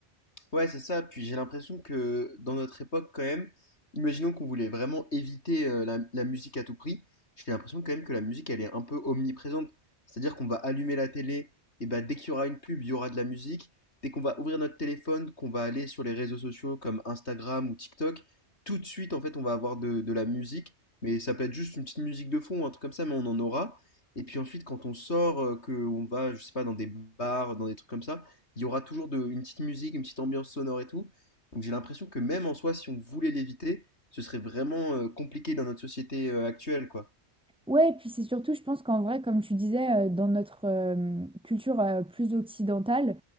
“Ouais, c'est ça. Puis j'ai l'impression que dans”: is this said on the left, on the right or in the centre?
Left